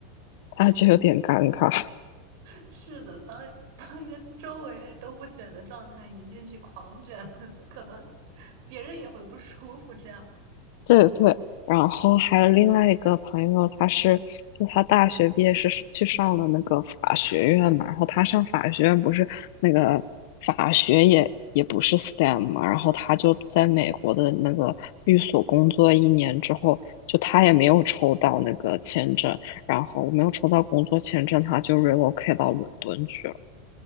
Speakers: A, on the left; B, on the right.
A: 他就有点尴尬。
B: <laughs> 是的，当 <laughs> 当一个周围人都不卷的状态，你进去狂卷，<laughs> 可能别人也会不舒服这样。
A: 对对，然后还有另外一个朋友，他是就他大学毕业是去上了那个法学院嘛，然后他上法学院不是那个法学也也不是 STEM 嘛，然后他就在美国的那个律所工作一年之后，就他也没有抽到那个签证，然后我没有抽到工作签证，他就 relocate 到伦敦去了。